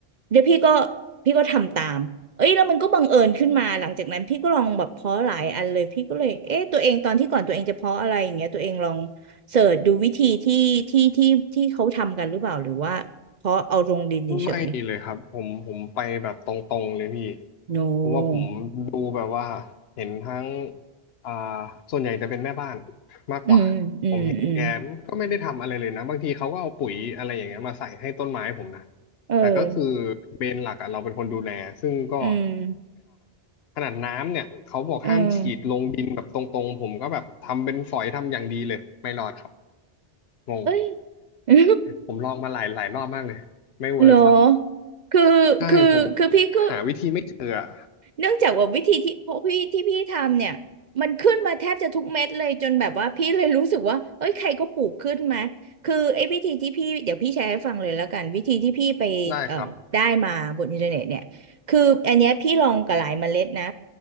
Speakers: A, on the right; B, on the left.
A: เดี๋ยวพี่ก็พี่ก็ทำตามเอ้ยแล้วมันก็บังเอิญขึ้นมาหลังจากนั้นพี่ก็ลองแบบเพาะหลายอันเลยพี่ก็เลยเอ๊ะตัวเองตอนที่ก่อนตัวเองจะเพาะอะไรอย่างเงี้ยตัวเองลองเสิร์ชดูวิธีที่ที่ที่ที่เขาทำกันหรือเปล่าหรือว่าเพาะเอาลงดินเฉย
B: ไม่เลยครับผมผมไปแบบตรงๆเลยพี่
A: ๆโน
B: เพราะว่าผมดูแบบว่าเห็นทั้งอ่าส่วนใหญ่จะเป็นแม่บ้านมากกว่า
A: อืมอืมอืม
B: แกก็ไม่ได้ทำอะไรเลยนะบางทีเขาก็เอาปุ๋ยอะไรอย่างเงี้ยมาใส่ให้ต้นไม้ผมนะ
A: เออ
B: แต่ก็คือเมนหลักอะเราเป็นคนดูแลซึ่งก็
A: อืม
B: ขนาดน้ำเนี่ยเขาบอกห้ามฉีดลงดินแบบตรงๆผมก็แบบทำเป็นฝอยทำอย่างดีเลยไม่รอดครับ
A: อืม
B: งง
A: เอ้ย <laughs>
B: ผมลองมาหลายหลายรอบมากเลยไม่เวิร์คครับ
A: เหรอคือคือคือพี่ก็
B: ใช่ผมหาวิธีไม่เจออะ
A: เนื่องจากว่าวิธีที่พวกพี่ที่พี่ทำเนี่ยมันขึ้นมาแทบจะทุกเม็ดเลยจนแบบว่าพี่เลยรู้สึกว่าเฮ้ยใครก็ปลูกขึ้นมาคือไอ้วิธีที่พี่เดี๋ยวพี่แชร์ให้ฟังเลยแล้วกันวิธีที่พี่ไปเอ่อได้มาบนอินเทอร์เน็ตเนี่ยคืออันเนี้ยพี่ลองกับหลายเมล็ดนะ
B: ได้ครับ